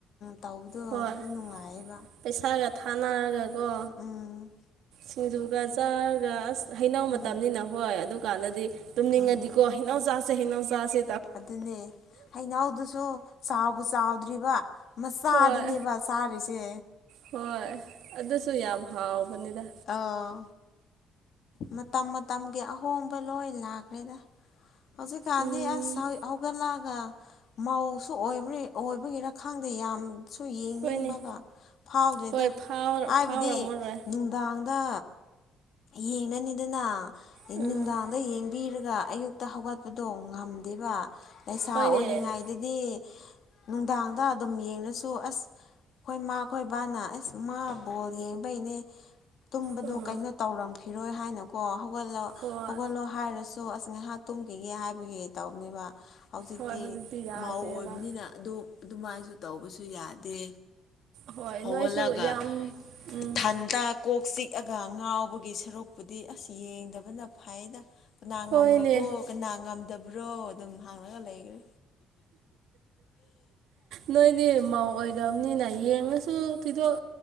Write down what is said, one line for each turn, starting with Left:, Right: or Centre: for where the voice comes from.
Left: ꯇꯧꯕꯗꯣ
Right: ꯍꯣꯏ
Left: ꯑꯗꯨ ꯅꯨꯡꯉꯥꯏꯌꯦꯕ
Right: ꯄꯩꯁꯥꯒ ꯊꯥꯅꯔꯒꯀꯣ
Left: ꯎꯝ
Right: ꯁꯤꯡꯖꯨꯒ ꯆꯥꯔꯒ ꯑꯁ ꯍꯩꯅꯧ
Left: ꯎꯝ
Right: ꯃꯇꯝꯅꯤꯅ ꯍꯣꯏ ꯑꯗꯨꯀꯥꯟꯗꯗꯤ ꯇꯨꯝꯅꯤꯡꯉꯗꯤꯀꯣ
Left: ꯎꯝ
Right: ꯍꯩꯅꯧꯆꯥꯥꯁꯦ ꯍꯩꯅꯧꯆꯥꯁꯦ
Left: ꯑꯗꯨꯅꯦ ꯍꯩꯩꯅꯎꯗꯨꯁꯨ ꯆꯥꯎꯕ ꯆꯥꯎꯗ꯭ꯔꯤꯕ ꯃꯆꯥꯗꯨꯅꯦꯕ
Right: ꯍꯣꯏ
Left: ꯆꯥꯔꯤꯁꯦ
Right: ꯍꯣꯏ ꯑꯗꯨꯁꯨ ꯌꯥꯝ ꯍꯥꯎꯕꯅꯤꯗ
Left: ꯑꯥ ꯃꯇꯝ ꯃꯇꯝꯒꯤ ꯑꯍꯣꯡꯕ ꯂꯣꯏ ꯂꯥꯛꯈ꯭ꯔꯦꯗ ꯍꯧꯖꯤꯛꯀꯥꯟꯗꯤ
Right: ꯎꯝ
Left: ꯑꯁ ꯍꯧꯒꯠꯂꯛꯑꯒ ꯃꯧꯁꯨ ꯑꯣꯏꯕ ꯑꯣꯏꯕꯒꯤꯔ ꯈꯥꯡꯗꯦ ꯌꯥꯝ ꯁꯨ ꯌꯦꯡꯅꯤꯡꯕꯒ
Right: ꯍꯣꯏꯅꯦ
Left: ꯐꯥꯎꯗꯦꯗ
Right: ꯍꯣꯏ
Left: ꯍꯥꯏꯕꯗꯤ
Right: ꯐꯥꯎꯔꯝꯃꯔꯣꯏ
Left: ꯅꯨꯡꯗꯥꯡꯗ ꯌꯦꯡꯗꯅꯤꯗꯅ
Right: ꯎꯝ
Left: ꯅꯨꯡꯗꯥꯡꯗ ꯌꯦꯡꯕꯤꯔꯒ ꯑꯌꯨꯛꯇ ꯍꯧꯒꯠꯄꯗꯣ ꯉꯝꯗꯦꯕ ꯂꯩꯁꯥ
Right: ꯍꯣꯏꯅꯦ
Left: ꯑꯣꯏꯔꯤꯉꯩꯗꯗꯤ ꯅꯨꯡꯗꯥꯡꯗ ꯑꯗꯨꯝ ꯌꯦꯡꯉꯁꯨ ꯑꯁ ꯍꯣꯏ ꯃꯥꯈꯣꯏ ꯕꯥꯅ ꯑꯁ ꯃꯥ ꯕꯣꯜ ꯌꯦꯡꯕꯩꯅꯦ ꯇꯨꯝꯕꯗꯣ
Right: ꯎꯝ
Left: ꯀꯩꯅꯣ ꯇꯧꯔꯝꯈꯤꯔꯣꯏ ꯍꯥꯏꯅꯀꯣ ꯍꯧꯒꯠꯂ
Right: ꯍꯣꯏ
Left: ꯍꯧꯒꯠꯂꯣ ꯍꯥꯏꯔꯁꯨ ꯁꯣ ꯑꯁ ꯉꯥꯏꯍꯥꯛ ꯇꯨꯝꯈꯤꯒꯦ ꯍꯥꯏꯕꯒꯤ ꯇꯧꯕꯅꯦꯕ ꯍꯧꯖꯤꯛꯇꯤ
Right: ꯍꯣꯏ ꯌꯥꯗ꯭ꯔꯦꯕ
Left: ꯃꯥꯧ ꯑꯣꯏꯕꯅꯤꯅ ꯑꯗꯨ ꯑꯗꯨꯃꯥꯏꯁꯨ ꯇꯧꯕꯁꯨ ꯌꯥꯗꯦ
Right: ꯍꯣꯏ
Left: ꯍꯧꯒꯠꯂꯒ
Right: ꯅꯣꯏꯁꯨ ꯌꯥꯝ ꯎꯝ
Left: ꯏꯊꯟꯇ ꯀꯣꯛ ꯆꯤꯛꯑꯒ ꯉꯥꯎꯕꯒꯤ ꯁꯔꯨꯛꯄꯨꯗꯤ ꯑꯁ ꯌꯦꯡꯗꯕꯅ ꯐꯥꯏꯅ ꯀꯅꯥ
Right: ꯍꯣꯏꯅꯦ
Left: ꯉꯝꯔꯕꯣ ꯀꯅꯥ ꯉꯝꯗꯕ꯭ꯔꯣ ꯑꯗꯨꯝ ꯍꯥꯡꯂꯒ ꯂꯩꯈ꯭ꯔꯦ
Right: ꯅꯣꯏꯗꯤ ꯃꯧ ꯑꯣꯏꯔꯕꯅꯤꯅ ꯌꯦꯡꯉꯁꯨ ꯊꯤꯗꯣꯛ